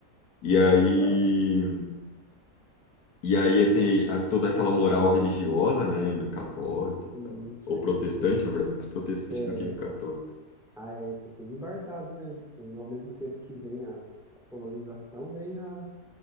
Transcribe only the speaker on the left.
e aí
e aí tem a- toda aquela moral religiosa, né, católica e
tal,
ou
protestante,
na verdade, mais protestante
do que católica.